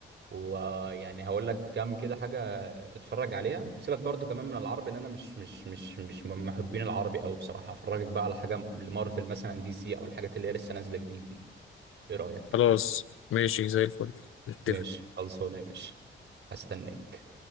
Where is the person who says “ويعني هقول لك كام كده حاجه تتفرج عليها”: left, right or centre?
Right